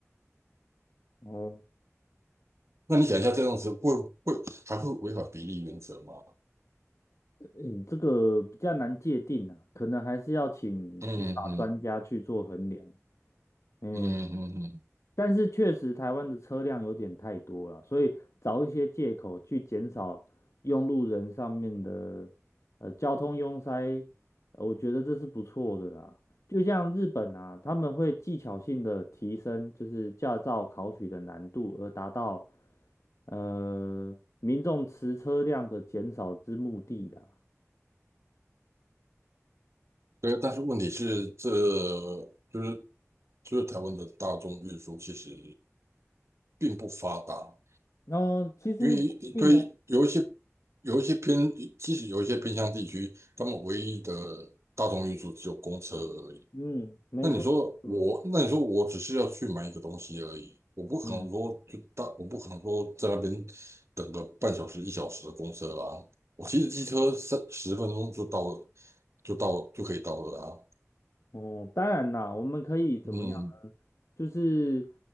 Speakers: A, on the left; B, on the right.
A: 哦，
B: 那你想一下，这样子会会还会违反比例原则吗？
A: 你这个比较难界定啊，可能还是要请司法专家去做衡量。
B: 嗯嗯
A: 嗯，
B: 嗯嗯嗯，
A: 但是确实台湾的车辆有点太多了，所以找一些借口去减少用路人上面的呃交通拥塞，呃我觉得这是不错的啦。就像日本啊，他们会技巧性的提升就是驾照考取的难度，而达到呃，民众持车辆的减少之目的啦。
B: 对，但是问题是这。就是。就是台湾的大众运输其实并不发达，
A: 哦，其实不一定哦，
B: 因为对于有一些有一些偏，其实有一些偏乡地区，他们唯一的大众运输只有公车而已。
A: 嗯，没错没错，
B: 那你说我，那你说我只是要去买一个东西而已，我不可能说就大，
A: 嗯，
B: 我不可能说在那边等个半小时、一小时的公车啊。我骑着机车三十分钟就到了，就到就可以到了啊。
A: 哦，当然啦，我们可以怎么样呢？
B: 嗯
A: 就是